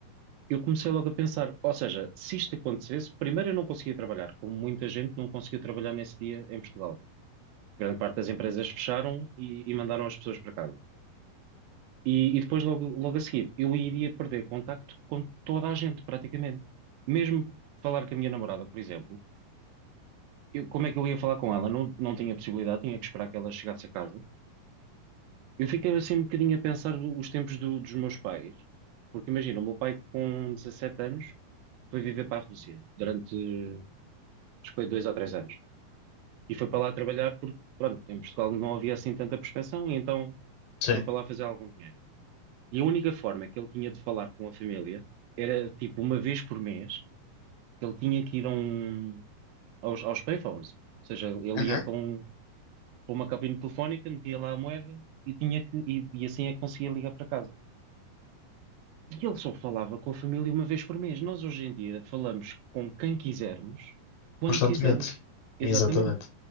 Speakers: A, on the right; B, on the left.
A: Eu comecei logo a pensar, ou seja, se isto acontecesse, primeiro eu não conseguia trabalhar, como muita gente não conseguiu trabalhar nesse dia em Portugal. Grande parte das empresas fecharam e, e mandaram as pessoas para casa. E, e depois, logo, logo a seguir, eu iria perder contacto com toda a gente, praticamente. Mesmo falar com a minha namorada, por exemplo, eu- como é que eu ia falar com ela? Não, não tinha possibilidade, tinha que esperar que ela chegasse a casa. Eu fiquei assim um bocadinho a pensar do- os tempos do- dos meus pais, porque imagina, o meu pai com 17 anos foi viver para a Rússia durante, acho que foi dois ou três anos, e foi para lá trabalhar porque, pronto, em Portugal não havia assim tanta prospeção, e então
B: Sim.
A: foi para lá fazer algum dinheiro. E a única forma que ele tinha de falar com a família era, tipo, uma vez por mês, que ele tinha que ir a um, aos, aos payphones, ou seja, ele
B: Uhum.
A: ia para, um- para uma cabine telefónica, metia lá a moeda, e tinha que, e, e assim é que conseguia ligar para casa. E ele só falava com a família uma vez por mês. Nós hoje em dia falamos com quem quisermos, quando
B: Constantemente.
A: quisermos. Exatamente.
B: Exatamente.